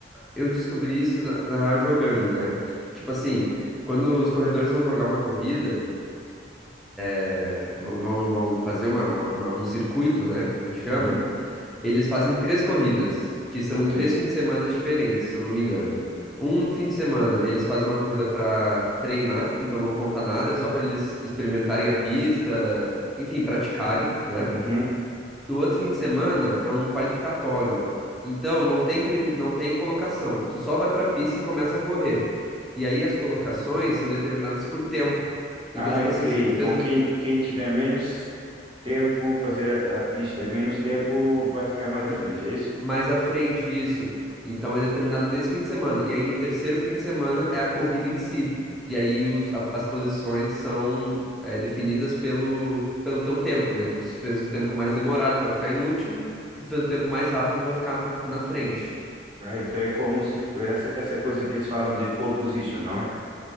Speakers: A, in the centre; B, on the right.
A: Eu descobri isso, na, na real, jogando, né? Tipo assim, quando os corredores vão jogar uma corrida, eh, v- vão, vão fazer uma, uma- uma- um circuito, né? Que chama,
B: Uhum,
A: eles fazem três corridas, que são
B: ok.
A: em três fins de semana diferentes, se eu não me engano. Um fim de semana, eles fazem uma corrida pra treinar, então não conta nada, é só pra eles experimentarem a pista, enfim, praticarem, né?
B: Uhum.
A: No outro fim de semana é um qualificatório. Então não tem, prim- não tem colocação. Tu só vai pra pista e começa a correr. E aí as colocações são determinadas por tempo.
B: Ah,
A: Então, tipo
B: ok.
A: assim, se tu
B: Então
A: fez o...
B: quem, quem tiver menos tempo, fazer a pista em menos tempo, vai ficar mais
A: fi-
B: à frente, é isso?
A: mais à frente isso, então é determinado nesse fim de semana. E aí no terceiro fim de semana é a corrida em si. E aí os- a- as posições são é, definidas pelo, pelo teu tempo, né? Então, se tu fez o tempo mais demorado, tu vai ficar em último. Se tu fez o tempo mais rápido, tu vai ficar na frente.
B: Ah, então é como se f- essa, essa coisa que eles falam de pole position, não é?